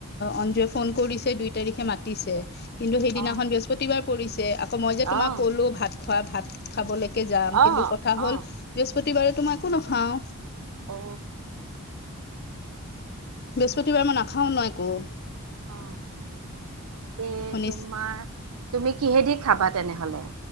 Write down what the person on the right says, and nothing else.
অ',
অ',
অ',
অ',
অ
অ এ
তোমাৰ তুমি কিহেদি খাবা তেনেহলে